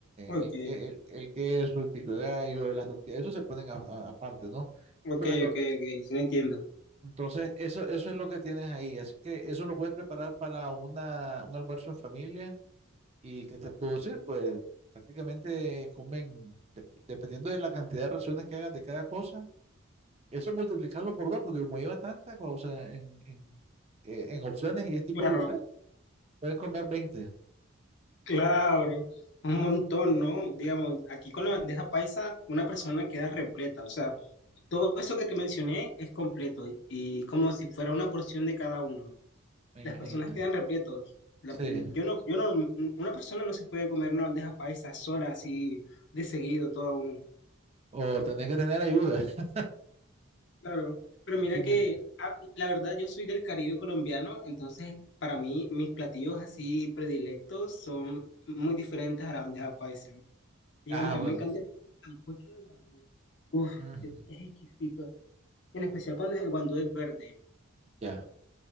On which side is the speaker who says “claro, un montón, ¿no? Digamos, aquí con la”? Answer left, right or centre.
Left